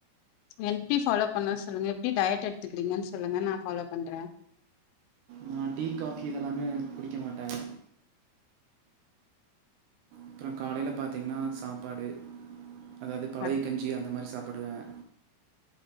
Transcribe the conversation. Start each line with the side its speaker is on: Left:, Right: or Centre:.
Left: எப்டி ஃபாலோ பண்ணு சொல்லுங்க எப்டி டயட் எடுத்துக்கிறீங்கன்னு சொல்லுங்க நா ஃபாலோ பண்றேன்
Right: நா டீ காபி இதெல்லாமே குடிக்க மாட்டேன் அப்றோ காலையில பாத்தீங்கன்னா சாப்பாடு அதாவது பழைய
Left: அ
Right: கன் ஞ்சி அந்த மாரி சாப்பிடுவேன்